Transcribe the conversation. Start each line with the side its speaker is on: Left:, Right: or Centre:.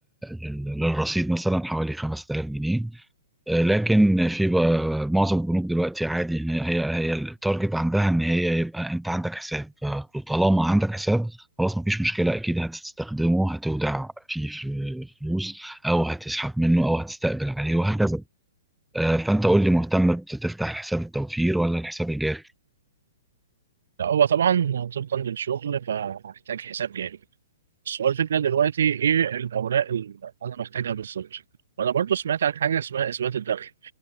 Centre: لل- للرصيد مثلا حوالي 5000 جنيه آه، لكن في بقى- معظم البنوك دلوقتي عادي إن هي هي هي التارجت عندها ان هي يبقى انت عندك حساب فطالما عندك حساب خلاص مفيش مشكله اكيد هتستخدمه هتودع فيه فلوس او هتسحب منه او هتستقبل عليه وهكذا آه، فانت قول لي مهتم بتفتح حساب التوفير ولا الحساب الجاري
Right: لا هو طبعا طبقا للشغل فهحتاج حساب جاري بس هو الفكره دلوقتي ايه الاوراق اللي انا محتاجها بالظبط وانا برضو سمعت عن حاجه اسمها اثبات الدخل